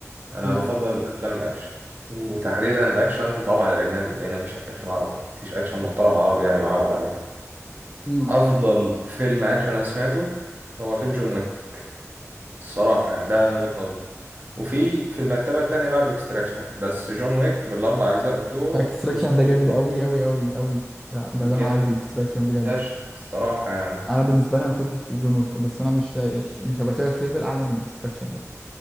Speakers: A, on the right; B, in the centre.
A: أنا
B: امم
A: بفضل أفلام الأكشن وتحديدا الأكشن طبعا الأجنبي لأن مفيش أكشن عربي مفيش أكشن محترم عربي يعني معول عليه
B: امم
A: أفضل فيلم أكشن أنا سمعته هو فيلم جون ويك الصراحة يعني ده من وجهة نظري وفي في المرتبة التانية بعد اكستراكشن بس جون ويك بالأربع أجزاء بتوعه
B: اكستراكشن
A: أسطورة
B: ده جامد قوي قوي قوي قوي يعني ده
A: جامد
B: ده معدي اكستراكشن بجد
A: فشخ الصراحة يعني
B: انا بالنسبه لي أنا ما شفتش جون ويك بس انا مش شايش مش هبقى شايف ليفل اعلى من اكستراكشن ده